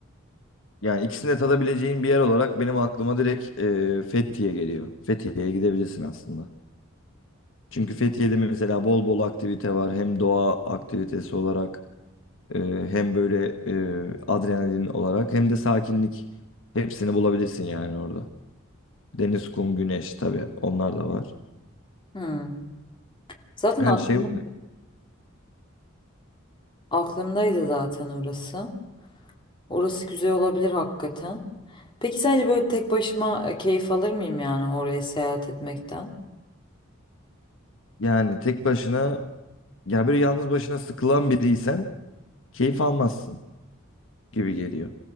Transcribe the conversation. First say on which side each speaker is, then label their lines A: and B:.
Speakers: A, on the left (about 65°); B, on the left (about 25°).
A: Yani ikisini de tadabileceğin bir yer olarak benim aklıma direkt e, Fethiye geliyor. Fethiye'ye gidebilirsin aslında. Çünkü Fethiye'de mesela bol bol aktivite var. Hem doğa aktivitesi olarak e, hem böyle e, adrenalin olarak hem de sakinlik. Hepsini bulabilirsin yani orada. Deniz, kum, güneş tabii onlar da var.
B: Hmm. Zaten
A: Her
B: ak-
A: şey var.
B: aklımdaydı zaten orası. Orası güzel olabilir hakikaten. Peki sence böyle tek başıma e, keyif alır mıyım yani oraya seyahat etmekten?
A: Yani tek başına ya böyle yalnız başına sıkılan biriysen keyif almazsın gibi geliyor.